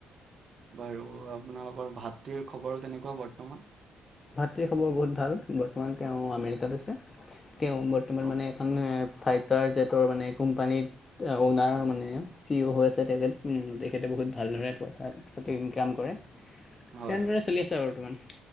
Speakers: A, on the right; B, on the left.
A: বাৰু আপোনালোকৰ ভাত্ৰিৰ খবৰ কেনেকোৱা বৰ্তমান।
B: ভাতৃ খবৰ বহুত ভাল বৰ্তমান তেওঁ আমেৰিকাত আছে তেওঁ বৰ্তমান
A: হয়
B: মানে এখন। <unintelligible> ফাইটাৰ জেটৰ মানে কোম্পানীত। অ'নাৰ মানে চি অ' হৈ আছে তেখেত তেখেতে বহুত ভালদৰে পইচা। প্ৰতি ইনকাম কৰে তেনেদৰে
A: হয় হয়।
B: চলি আছে বৰ্তমান।